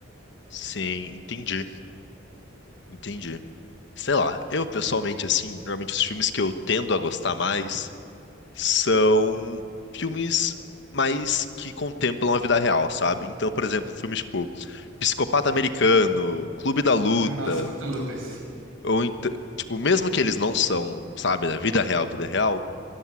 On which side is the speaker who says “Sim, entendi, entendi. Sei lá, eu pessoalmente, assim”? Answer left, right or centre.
Left